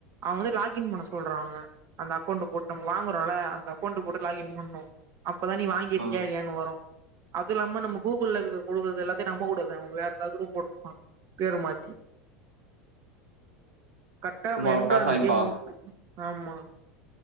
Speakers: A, on the right; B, on the right.
A: அவ வந்து லாகின் பண்ண சொன் சொல்றா அவே அந்த அக்கௌண்டு போட்டு நம் வாங்குறோல அந்த அக்கௌண்டு போட்டு லாகின் பண்ணணு அப்பதா நீ வாய்ங் கிருக்கியா
B: ஆ
A: இல்லையானு வரு அது இல்லாம நம்ம கூகுள்ள இருந்து குடுக்குறது எல்லாத்தயு நம்ப கூடாது அவங்க வேற எதாவ் கூட போட்ருப்பாங் பேர மாத்தி கர்ட்டா
B: சும்மா
A: நம்ம எங்க
B: காசு
A: அந்த
B: வாங்கிப்பா
A: கேமு இருக்கு ஆமா